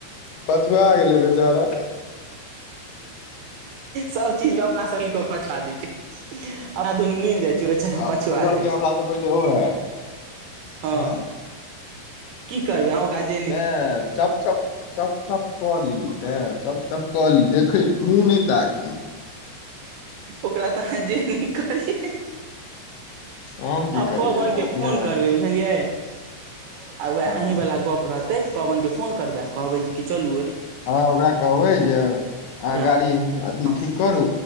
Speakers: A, on the left; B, on the right.
A: पछुआ गेलै बेचारा
B: सब चीज मे अपना सबिल पछुआ दै छै आरा दुनू मिल जाय केशव बेचारा
A: आब
B: पछुआ
A: बुझलकै
B: जाइ
A: हमरा
B: छै
A: से पहिले ओ है आँय
B: हँ की करबअहुँ काज
A: क चप च चप चप क ली ते चप चप क ली देखे मुँह नै ताकी
B: ओकरा तऽ अहाँ जे नै करियै <inaudible>
A: हम की
B: आ
A: करियै
B: पवने
A: अपने
B: फोन करबै बुझलियै आ वैह
A: हँ
B: अहीं वला गोप रहत ताहि पवने फोन करबै कहबै जे कि चलू ए
A: हँ ओकरा कहबै जे अहाँ
B: ओकरा
A: गाड़ी अथी
B: हँ
A: ठीक करू